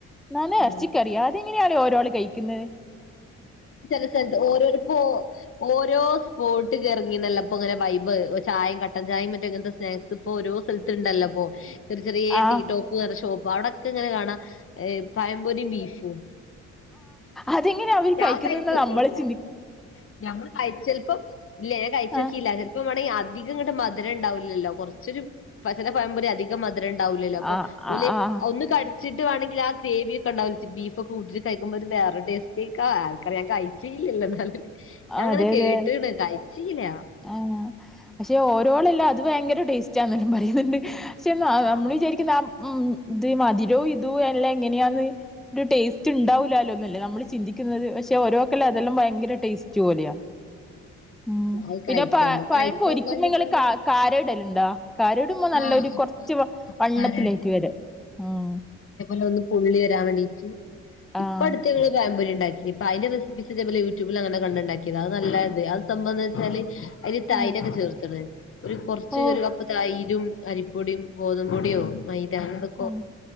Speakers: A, in the centre; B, on the left.
A: എന്നാണ് എറച്ചിക്കറിയാ
B: ആഹ്
A: അതെങ്ങനെയാളി ഓരാള് കഴിക്കുന്നെ
B: ചെല സ്ഥലത്ത് ഓരോരുപ്പോ ഓരോ സ്പോട്ട്ക്ക് എറങ്ങീണല്ലോ ഇപ്പോ ഇങ്ങനെ വൈബ് ചായേം കട്ടൻ ചായേം മറ്റേ ഇങ്ങൻത്തെ സ്നാക്സ് ഇപ്പൊ ഓരോ സ്ഥലത്ത്ണ്ടല്ലോ ഇപ്പോ ചെർ ചെറിയെ
A: ആഹ്
B: ടീ ടോപ്പ് പറഞ്ഞ ഷോപ്പ് അവിടെക്കെ ഇങ്ങനെ കാണാ ഏഹ് പഴം പൊരിയും ബീഫും
A: അതെങ്ങനെയാ അവര്
B: ഞാൻ
A: കയിക്കുന്നേന്നാ
B: കഴിച്ചിട്ടില്ല
A: നമ്മള് ചിന്തി
B: ഞമ്മള് കയി ചെലപ്പം ഇല്ലാ ഞാൻ കയിച്ചോക്കീല്ലാ
A: ആ
B: ചെൽ ഇപ്പം വേണെങ്കിൽ അധികങ്ങട്ട് മധുരണ്ടാവില്ലല്ലോ കൊറച്ചൊരു പ ചെല പയമ്പൊരി അധിക് കം മധുരണ്ടാവൂല്ലല്ലോ അപ്പൊ
A: ആഹ്
B: ഓല്
A: ആഹ്
B: ഒന്ന് കടിച്ചിട്ട് വാണെങ്കില് ആ ഗ്രേവിയൊക്കെ ഇണ്ടാ ബീഫൊക്കെ കൂട്ടീട്ട് കയിക്കുമ്പോ ഒരു വേറെ ടേസ്റ്റായിക്കാ ആരിക്കറിയാ കയിച്ചീല്ലല്ലോ എന്നാലും ഞാങ്ങനെ
A: ആഹ് അതെ
B: കേട്ട്ണ്
A: അതെ
B: കയിച്ചീല്ലാ
A: ആഹ് പക്ഷെ ഓരോളല്ല അത് ഭയങ്കര ടേസ്റ്റാന്നെല്ലം പറയുന്നുണ്ട് പക്ഷെ ന
B: ആഹ്
A: നമ്മള് വിചാരിക്കുന്ന ആഹ് ഉം ഇത് മധുരോം ഇതും എല്ലാം എങ്ങനെയാന്ന് ഒരു ടേസ് റ്റ്ണ്ടാവൂല്ലാല്ലോന്നല്ലേ നമ്മള് ചിന്തിക്കുന്നത് പക്ഷെ ഓരോക്കെല്ലം അതെല്ലം ഭയങ്കര ടേസ്റ്റ് പോലെയാ ഉം
B: അത്
A: പിന്നെ
B: കഴിച്ച്
A: പ
B: നമ്മക്ക്
A: പഴം
B: കഴിച്ചോക്കാഞ്ഞിട്ടാണ്
A: പൊരിക്കുമ്പോ ഇങ്ങള് ക കാര ഇടല്ണ്ടോ കാരടും മ്മം നല്ല
B: ആഹ്
A: ഒരു
B: അപ്പ
A: കൊറച്ച്
B: അപ്പക്കാരം
A: വണ്ണത്തിലായിറ്റ് വെരാ ഉം
B: ലൊന്ന് പൊള്ളി വെരാൻ വേണ്ടീറ്റ് ഇപ്പൊ
A: ആഹ്
B: അടുത്ത് ഞങ്ങള് പയം പൊരി ഇണ്ടാക്കി ഇപ്പൊ അതിന്റെ റെസിപ്പീസ് ഇതുപോലെ യൂട്യൂബിൽ അങ്ങനെ കണ്ട്ണ്ടാക്കിയതാ അത് നല്ലായിണ്ട് അത് സംഭവെന്താന്ന് വെച്ചാല് അയില് തൈരൊക്കെ
A: ആഹ്
B: ചേർത്ത്ണ് ഒരു കൊറച്ച്
A: ഓ
B: ഒരു കപ്പ് തൈ രും അരിപ്പൊടിയും ഗോതമ്പൊടിയോ മൈദ അങ്ങനെന്തൊക്കോ
A: ആഹ്